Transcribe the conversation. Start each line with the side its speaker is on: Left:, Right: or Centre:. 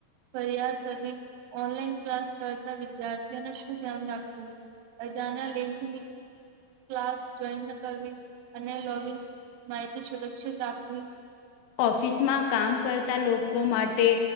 Right: ફરિયાદ કરી ઓનલાઈન ક્લાસ કરતા વિદ્યાર્થીઓને શું ધ્યાન રાખવું. અજાના લેંકની ક્લાસ જોઈન કરવી. અને લોગન માહિતી સુરક્ષિત રાખવી.
Left: ઓફિસમાં કામ કરતા લોકો માટે.